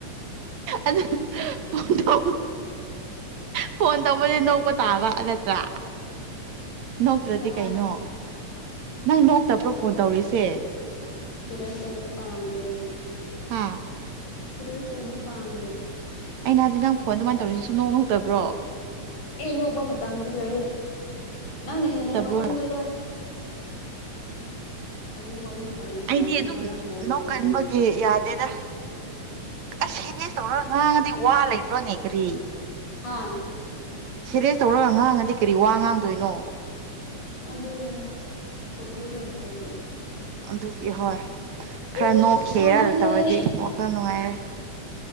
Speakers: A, on the right (about 70°); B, on the left (about 80°).
A: ꯑ ꯐ ꯇ ꯐꯣꯟ ꯇ ꯗꯤ ꯅꯣꯛꯄ ꯇꯥꯕ ꯅꯠꯇ꯭ꯔꯥ ꯅꯣꯛꯇ꯭ꯔꯗꯤ
B: ꯃꯥꯅꯦ
A: ꯀꯩꯅꯣ ꯅꯪ ꯅꯣꯛꯇꯕ꯭ꯔꯣ ꯐꯣꯟ ꯇꯧꯔꯤꯁꯦ
B: ꯁꯤꯦꯔꯤꯌꯁ ꯑꯣꯏꯕ ꯄꯥꯝꯗꯦ
A: ꯍꯥꯥ
B: ꯁꯤꯔꯁ ꯑꯣꯏꯕꯨ ꯄꯥꯝ
A: ꯑ ꯅꯍ ꯍꯥꯏꯖꯤꯗꯤ ꯅꯪ ꯐꯣꯟ ꯑꯗꯨꯃꯥꯏꯅ ꯇꯧꯔꯤꯁꯤ ꯁꯨꯝ ꯅꯣꯡꯃ ꯍꯧꯨꯛꯇꯕ꯭ꯔꯣ
B: ꯑꯦ ꯅꯣꯛꯄ ꯃꯇꯝꯁꯨ ꯂꯩ ꯅꯪꯅ ꯍꯦꯟꯅ
A: ꯇꯕ꯭ꯔꯣ
B: ꯅꯣꯛꯒꯅꯤꯗ
A: ꯍꯥꯏꯕ?
B: ꯑꯃꯨꯛ ꯃꯃꯤꯡ ꯄꯥꯟꯁꯤꯜꯂꯛꯑꯗꯤ
A: ꯑꯩꯗꯤ ꯑꯗꯨꯝ
B: ꯉꯔꯥꯡ ꯀꯣ ꯇꯧꯕꯁꯤꯡꯗꯨ
A: ꯅꯣꯛꯀꯟꯕꯒꯤ ꯌꯥꯗꯦꯗ ꯑꯁ ꯍꯅꯦꯁ ꯇꯧꯔꯒ ꯉꯥꯡꯉꯗꯤ ꯋꯥ ꯂꯩꯕ꯭ꯔꯣꯅꯦ ꯀꯔꯤ
B: ꯍꯥꯥ
A: ꯁꯦꯔꯦꯁ ꯇꯧꯔꯒ ꯉꯥꯡꯉꯗꯤ ꯀꯔꯤ ꯋꯥ ꯉꯥꯡꯗꯣꯏꯅꯣ
B: ꯑꯗꯨ ꯑꯗꯨꯅꯦ ꯇꯣꯄꯤꯛ ꯂ ꯂꯩꯇꯦ ꯏꯕ
A: ꯑꯗꯨꯒꯤ ꯍꯣꯏ ꯈꯔ
B: ꯎꯐ
A: ꯅꯣꯛꯈꯤꯦꯔꯅ
B: ꯁꯥꯃꯜꯂꯦꯍꯦ
A: ꯇꯧꯔꯗꯤ ꯋꯥꯈꯜ ꯅꯨꯡꯉꯥꯏꯔꯦ